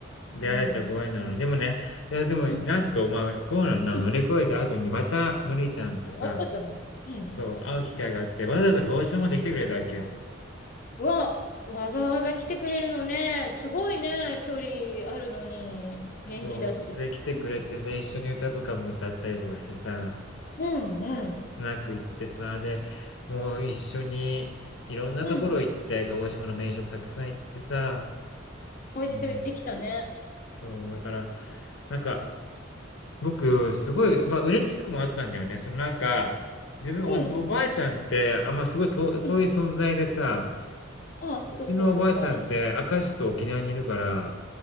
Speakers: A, on the left (about 80°); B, on the left (about 45°).
A: 出会えたご縁なのに、
B: うん。
A: でもね、いや、でも、
B: うん。
A: なんと、まあ、コロナを乗り越えた後に、
B: うん。
A: また、のりちゃんとさ、
B: 終わったじゃない。うん。
A: そう、会う機会があって、わざわざ鹿児島まで来てくれたわけよ。
B: うわ、わざわざ来てくれるのね。すごいね。距離あるのに、元気だし。
A: そう、で、来てくれてさ、
B: うん。
A: 一緒に歌とかも歌ったりとかしてさ、
B: うん、うん。
A: スナック行ってさ、で、もう一緒に、いろんなところ行って、
B: うん。
A: 鹿児島の名所もたくさん行ってさ、
B: おいでで、
A: うん
B: できたね。
A: そう、だから、なんか、僕、すごい、まあ、嬉しくもあったんだよね。その、なんか、自分、
B: うん。
A: おじおばあちゃんって、あ、まあ、すごい遠遠い存在でさ、
B: うん。ああ、
A: うちのおばあちゃんって、
B: そっか、そっか。
A: 明石と沖縄にいるから、